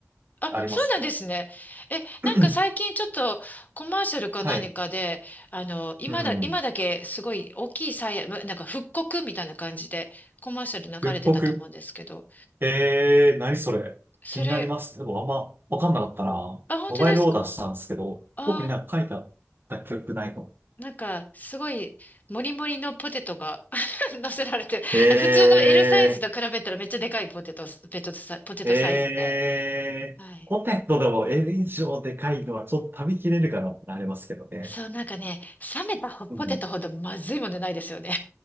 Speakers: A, on the left; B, on the right.
A: あ、
B: ありますね。
A: そうなんですね。え、
B: <clears throat>
A: なんか最近ちょっとコマーシャルか何かで、
B: はい。
A: あの、今だ、
B: うん。
A: 今だけすごい大きいサイヤ、まなんか復刻みたいな感じでコマーシャル流れてたと思うんですけど、
B: 復刻。えー、何それ。
A: それ、
B: 気になりますね。でもあんまわかんなかったな。
A: あ、本当ですか
B: モバイルオーダーしたんですけど、
A: あ
B: 特になんか書いてあった記憶ないの。
A: なんか、すごい、もりもりのポテトが <laughs> 乗せられて普通の
B: えー。
A: L サイズと比べたらめっちゃでかいポテト、ペトサ、ポテトサイズで。
B: えー、
A: はい。
B: ポテトでも L 以上でかいのはちょっと食べきれるかなってなりますけどね。
A: そう、なんかね、冷めたほポテトほどまずいものないですよね。
B: うん。